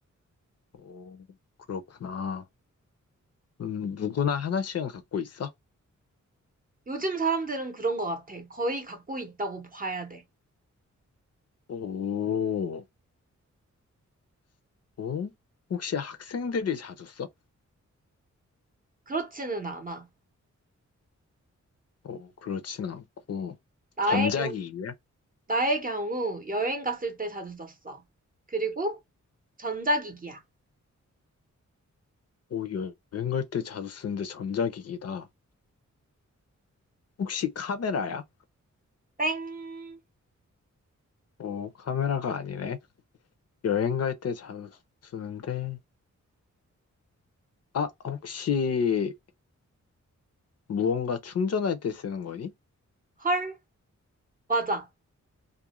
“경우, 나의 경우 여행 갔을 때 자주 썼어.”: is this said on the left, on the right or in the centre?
Right